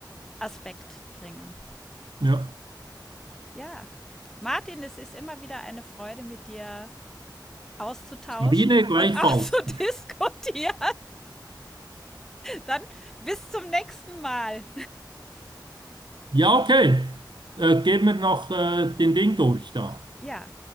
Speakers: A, in the centre; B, on the right.
A: Aspekt bringen.
B: ja.
A: Ja. Martin, es ist immer wieder eine Freude, mit dir auszutauschen
B: Sabine gleichfalls.
A: und <laughs> auszudiskutieren. Dann bis zum nächsten Mal.
B: Ja, okay. Äh, gehen wir noch äh, den Ding durch da.
A: Ja.